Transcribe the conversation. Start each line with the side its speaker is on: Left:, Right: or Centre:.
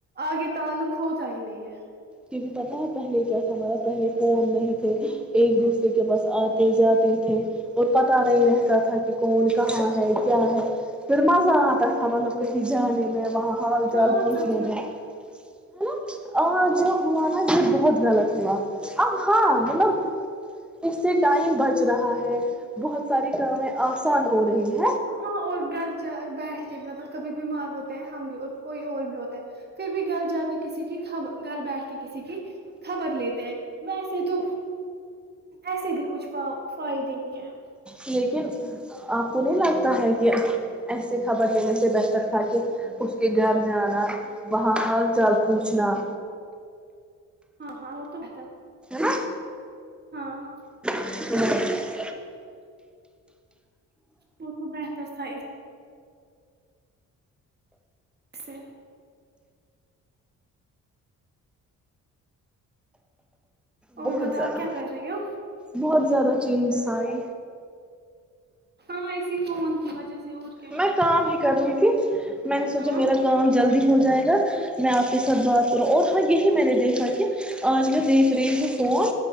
Right: آگے تعلق ہو چاہ نہیں ہے
Centre: کیکہ پتا ہے پہلے کیا تھا مارب پہلے فون نہیں تھے ایک دوسرے کے پاس آتے جاتے تھے اور پتا نہیں رہتا تھا کہ کون کہاں ہے کیا ہے پھر مزہ آتا تھا مطلب کہیں جانے میں وہاں حال چال
Right: ہاں
Centre: پوچھنے
Right: سچ
Centre: میں ن آ جو ہوا نا یہ بہت غلط ہوا اب ہاں مطلب اس سے ٹائم بچ رہا ہے بہت ساری کامیں آسان ہو رہی ہے
Right: ہاں اور گھر جا بیٹھ کے بھی مطلب کبھی بیمار ہوتے ہیں ہم بھی اور کوئی اور بھی ہوتا ہے پھر بھی گھر جا کے کسی کی گھر بیٹھ کے کسی کی خبر لیتے ہیں ویسے تو ایسے بھی کچھ فائدے ہی ہیں
Centre: لیکن آپ کو نہیں لگتا ہے کہ ایسے خبر لینے سے بہتر تھا کے اس کے گھر جانا وہاں حال چال پوچھنا
Right: ہاں ہاں وہ تو ب
Centre: ہاں
Right: ہاں
Centre: ہ
Right: وہ تو بہتر تھا اس سے اور
Centre: بہت
Right: بتاؤ
Centre: زیادہ
Right: آپ کیا کر رہی ہو
Centre: بہت زیادہ چینجس آئے
Right: ہاں اسی فون کی وجہ سے اور کیا
Centre: میں کام ہی کرنی ت میں نے سوچا
Right: ہاں
Centre: میرا کام جلدی ہو جائے گا میں آپ کے ساتھ بات کر اور ہاں یہی میں نے دیکھا کہ آج میں دیکھ رہی ہوں فون